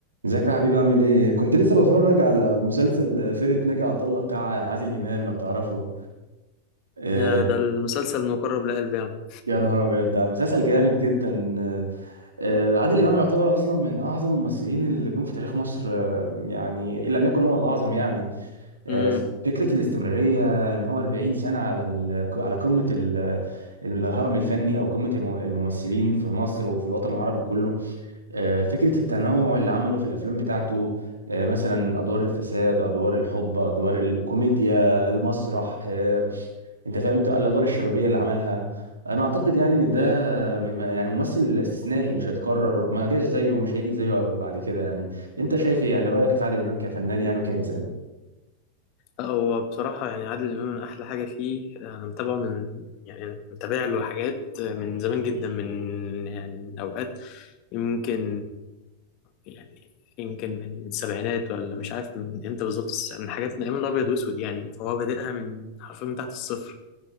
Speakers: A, on the right (about 75°); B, on the left (about 40°).
A: ازيك يا حبيبي عامل ايه؟ كنت لسه بتفرج على مسلسل فرقة ناجي عطا الله بتاع عادل إمام لو تعرفه آه،
B: يا ده المسلسل المقرب لقلبي يعني
A: يا نهار أبيض ده مسلسل جامد جدا آه، آه، عادل إمام يعتبر أصلا من أعظم الممثلين اللي جم في تاريخ مصر آه، يعني إن لم يكن هو الأعظم يعني آه،
B: امم
A: فكرة الاستمرارية إن هو 40 سنة على ال- على قمة ال- الهرم الفني أو قمة الم- الممثلين في مصر وفي الوطن العربي كله آه، فكرة التنوع اللي عمله في الأفلام بتاعته آه، مثلا من أدوار الفساد أدوار الحب أدوار الكوميديا المسرح آه، أنت فاهم أنت الأدوار الشبابية اللي عملها أنا أعتقد يعني إن ده
B: ايوه
A: م- م- يعني ممثل استثنائي مش هيتكرر ما جاش زيه ومش هيجي زيه بعد كده يعني أنت شايف إيه يعني رأيك إيه في عادل إمام كفنان يعني وكإنسان؟
B: لا، هو بصراحة يعني عادل إمام من أحلى حاجة فيه أنا متابعه من يعني متابع له حاجات من زمان جدا من يعني من أوقات يمكن يعني يمكن من السبعينات ولا مش عارف من إمتى بالظبط بس من حاجات من أيام الأبيض وأسود يعني فهو بادئها من حرفيا من تحت الصفر